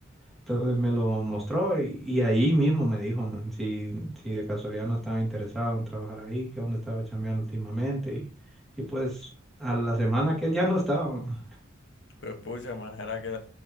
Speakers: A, in the centre; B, on the left.
A: Entonces me lo mostró y, y ahí mismo me dijo, man, si, si de casualidad no estaba interesado en trabajar ahí, que dónde estaba chambeando últimamente. Y, y pues a la semana que él ya no estaba, <laughs> man.
B: Pues pucha, maje, era que